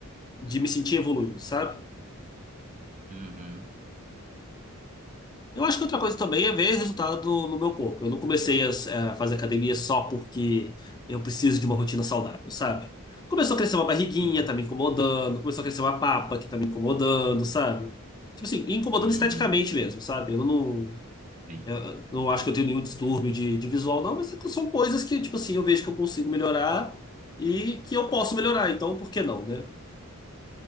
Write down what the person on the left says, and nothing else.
de me sentir evoluindo, sabe?
Eu acho que outra coisa também é ver resultado do- no meu corpo. Eu não comecei a, a fazer academia só porque eu preciso de uma rotina saudável, sabe? Começou a crescer uma barriguinha,
tá me incomodando. Começou a crescer uma papa que tá me incomodando, sabe? Tipo assim, e incomodando
esteticamente mesmo, sabe? Eu não,
eu não acho que eu tenho nenhum distúrbio de, de visual, não, mas são coisas que, tipo assim, eu vejo que eu consigo melhorar e que eu posso melhorar. Então, por que não, né?